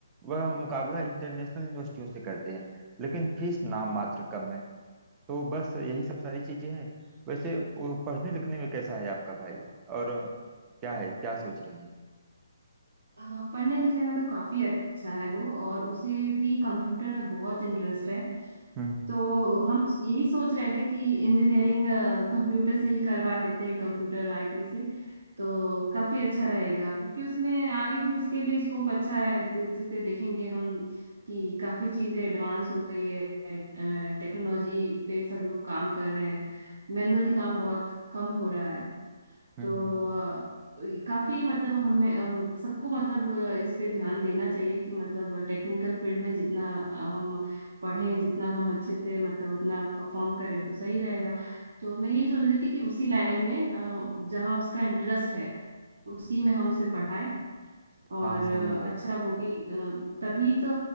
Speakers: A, on the right; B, on the right.
A: वह मुकाबला इंटरनेशनल यूनिवर्सिटियों से करते हैं लेकिन फीस नाम मात्र कम है तो बस यही सब सारी चीजें हैं वैसे वो पढ़ने लिखने में कैसा है आपका भाई और क्या है क्या सोच रही है
B: हाँ पढ़ने लिखने में तो काफी अच्छा है वो और उसे भी कंप्यूटर में बहुत इंटरेस्ट है
A: हम्म हम्म
B: तो हम यही सोच रहे थे कि इंजीनियरिंग कंप्यूटर से ही करवा देते हैं कंप्यूटर आईटी से तो काफी अच्छा रहेगा क्योंकि उसमें आगे भी उसके लिए स्कोप अच्छा है दे- जैसे देखेंगे हम कि काफी चीजें एडवांस हो गई है टेक्नोलॉजी पे सब लोग काम कर रहे हैं मैनुअली काम बहुत कम हो रहा है
A: हम्म,
B: तो
A: हम्म।
B: अ, ये काफी मतलब हमें अम, सबको मतलब अ, इस पे ध्यान देना चाहिए कि मतलब टेक्निकल फील्ड में जितना हम पढ़ें जितना हम अच्छे से मतलब अपना परफॉर्म करें तो सही रहेगा तो मैं यही सोच रही थी कि उसी लाइन में अ, जहाँ उसका इंटरेस्ट है उसी में हम उसे पढ़ाएं और
A: हाँ
B: अ,
A: सही है
B: अच्छा वो भी अ, तभी तो